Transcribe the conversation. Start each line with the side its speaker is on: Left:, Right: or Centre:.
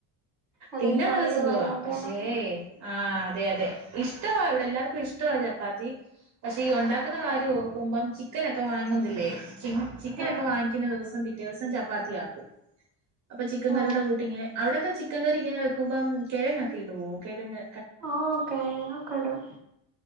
Centre: അതൊരു
Right: തിന്നാൻ
Centre: പണിയുള്ള
Right: നല്ല സുഖവാ
Centre: പരിപാടിയാണല്ലോ
Right: പക്ഷേ ആഹ് അതെ അതെ ഇഷ്ടവാ ഇവിടെ എല്ലാർക്കും ഇഷ്ടവാ ചപ്പാത്തീ പക്ഷെ ഈ ഒണ്ടാക്കുന്ന കാര്യം ഓർക്കുമ്പം ചിക്കനൊക്കെ വായ്ങ്ങുന്നില്ലേ ചിം ചിക്കനൊക്കെ
Centre: ആഹ്
Right: വാങ്ങിക്കുന്ന ദിവസം പിറ്റേസം ചപ്പാത്തിയാക്കും അപ്പൊ ചിക്കൻ കറിയുടെ
Centre: ഓഹ്
Right: കൂട്ടിങ്ങെ അവ്ടെക്കെ ചിക്കൻ കറി ഇങ്ങനെ വെക്കുംമ്പം കിഴങ്ങക്കെ ഇടോ കിഴങ്
Centre: ഓഹ് കെയങ്ങൊക്കെ ഇടും